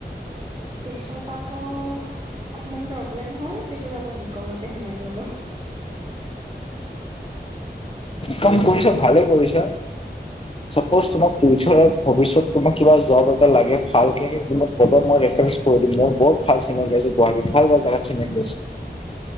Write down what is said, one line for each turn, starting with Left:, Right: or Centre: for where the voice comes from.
Right: পিছত আকৌ অকমান প্ৰব্লেম হল পিছত আকৌ বিকমতে সোমাই গলো।
Left: কাম কৰিছা ভালে কৰিছা। চাপোজ তোমাৰ
Right: উম,
Left: ফিউচাৰ ভৱিষ্যত। তোমাক কিবা জব এটা লাগে ভালকে তোমাক ক'বা মই ৰেফাৰেন্ঞ্চ কৰি দিম মোৰ বহুত ভাল চিনাকী আছে গুৱাহাটীত। ভাল ভাল জাগাত চিনাকি আছে।